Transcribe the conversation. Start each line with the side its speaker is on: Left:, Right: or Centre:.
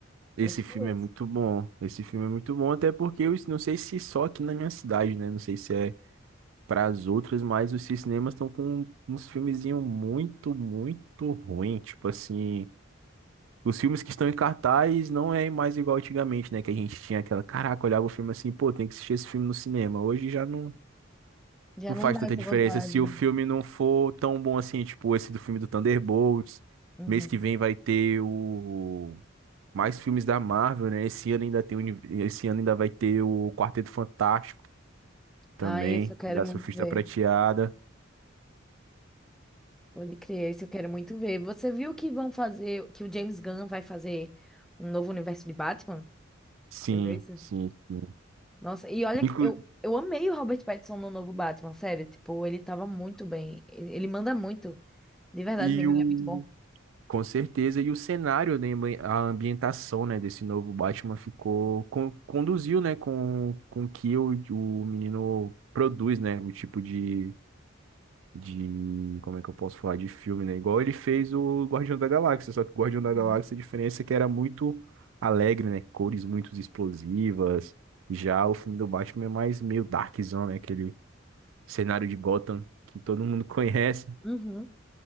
Right: Esse
Centre: Eu assisti
Right: filme é
Centre: esse.
Right: muito bom. Esse filme é muito bom, até porque eu não sei se só aqui na minha cidade, né? Não sei se é para as outras, mas os cinemas estão com uns filmezinhos muito, muito ruim. Tipo assim, os filmes que estão em cartaz não é mais igual antigamente, né? Que a gente tinha aquela, caraca, olhava o filme assim, pô, tem que assistir esse filme no cinema. Hoje já não,
Centre: Já
Right: não
Centre: não
Right: faz
Centre: dá
Right: tanta
Centre: essa
Right: diferença
Centre: vontade,
Right: se
Centre: né?
Right: o filme não for tão bom assim, tipo esse do filme do Thunderbolts.
Centre: Uhum.
Right: Mês que vem vai ter o mais filmes da Marvel, né? Esse ano ainda tem o uni- esse ano ainda vai ter o Quarteto Fantástico também,
Centre: Ah, isso eu quero
Right: e a
Centre: muito
Right: Surfista
Centre: ver.
Right: Prateada.
Centre: Pode crer, isso eu quero muito ver. Você viu que vão fazer, que o James Gunn vai fazer um novo universo de Batman?
Right: Sim,
Centre: Você viu isso?
Right: sim, sim.
Centre: Nossa, e olha, que
Right: Inclu-
Centre: eu, eu amei o Robert Pattinson no novo Batman, sério. Tipo, ele tava muito bem. Ele, ele manda muito. De verdade
Right: e
Centre: mesmo,
Right: o,
Centre: ele é muito bom.
Right: com certeza, e o cenário, né, a ambientação, né, desse novo Batman ficou, con- conduziu, né, com, com que o, o menino produz, né, o tipo de, de, como é que eu posso falar, de filme, né, igual ele fez o Guardião da Galáxia, só que o Guardião da
Centre: Uhum.
Right: Galáxia, a diferença é que era muito alegre, né, cores muito explosivas, já o filme do Batman é mais meio darkzão, né, aquele cenário de Gotham que todo mundo <laughs> conhece,
Centre: Uhum.